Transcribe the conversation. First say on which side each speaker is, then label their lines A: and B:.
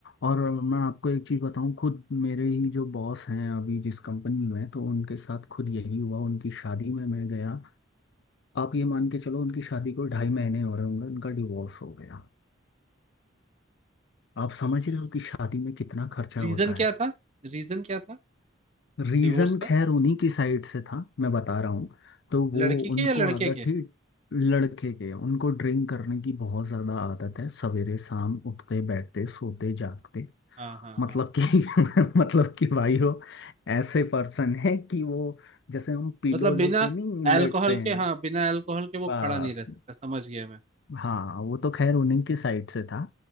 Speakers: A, on the left; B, on the right.
A: और मैं आपको एक चीज़ बताऊं खुद मेरे ही जो बॉस हैं अभी जिस कंपनी में तो उनके साथ खुद यही हुआ उनकी शादी में मैं गया आप ये मान के चलो उनकी शादी को ढाई महीने हो रहे होंगे उनका डिवोर्स हो गया आप समझ रहे हो कि शादी में कितना खर्चा
B: रीजन
A: होता
B: क्या
A: है
B: था रीजन क्या था
A: रीज़न
B: डिवोर्स का
A: खैर उन्हीं की साइड से था मैं बता रहा हूँ तो वो
B: लड़की के
A: उनको
B: या लड़के
A: आदत
B: के
A: थी लड़के के उनको ड्रिंक करने की बहुत ज़्यादा आदत है सवेरे शाम उठते बैठते सोते जागते
B: हाँ हाँ
A: मतलब
B: हाँ
A: कि <laughs> मतलब कि भाई वो ऐसे पर्सन है कि वो जैसे हम पिलो
B: मतलब
A: लेके
B: बिना
A: नहीं
B: अल्कोहल
A: लेटते हैं
B: के हाँ बिना अल्कोहल के वो
A: बस
B: खड़ा नहीं रह सकता समझ गया मैं
A: हाँ वो तो खैर उन्हीं की साइड से था